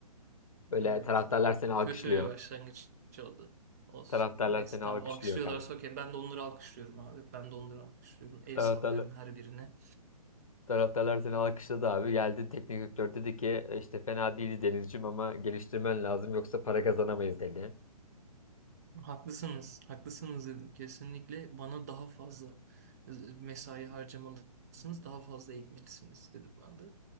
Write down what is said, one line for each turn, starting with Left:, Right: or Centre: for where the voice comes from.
Left: Böyle
Right: Evet.
Left: taraftarlar
Right: Çok
Left: seni alkışlıyor.
Right: kötü bir başlangıç oldu. Olsun.
Left: Taraftarlar
Right: Neyse
Left: seni
Right: tamam
Left: alkışlıyor
Right: alkışlıyorlar
Left: kanka.
Right: okey. Ben de onları alkışlıyorum abi. Ben de onları alkışlıyorum. El
Left: Taraftarlar,
Right: sallıyorum her birine.
Left: taraftarlar seni alkışladı abi. Geldi teknik direktör dedi ki "E, işte fena değildi Denizciğim ama geliştirmen lazım yoksa para kazanamayız dedi.
Right: Haklısınız, haklısınız dedim. Kesinlikle bana daha fazla e, mesai harcamalısınız, daha fazla eğitmelisiniz dedim ben de.